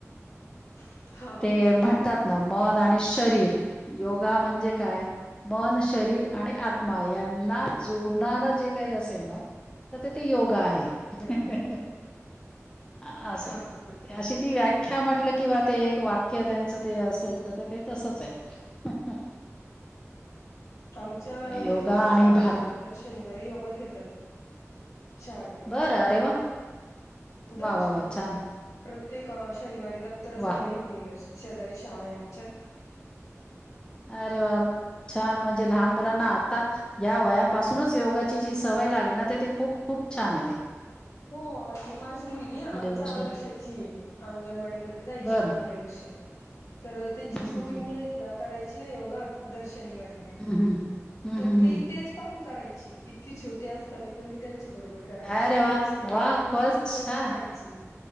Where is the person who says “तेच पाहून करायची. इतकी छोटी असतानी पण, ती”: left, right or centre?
Left